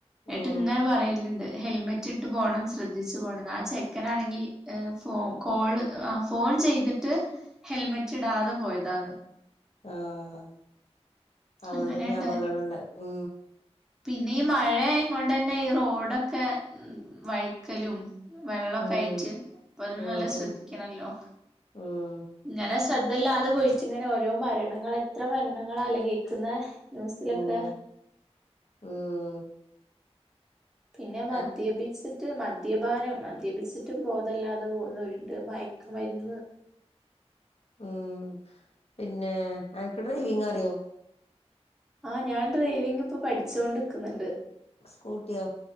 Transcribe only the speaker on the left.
ഉം
ആ ഹ അതുകൊണ്ട്
അപകടുണ്ടയത് ഉ
ഉം
ഉം
ഉം ഉം
പിന്നെ ഉം
അ
ഉം പിന്നെ അൻക്ക് ഡ്രൈവിങ് അറിയോ
സ്കൂട്ടിയോ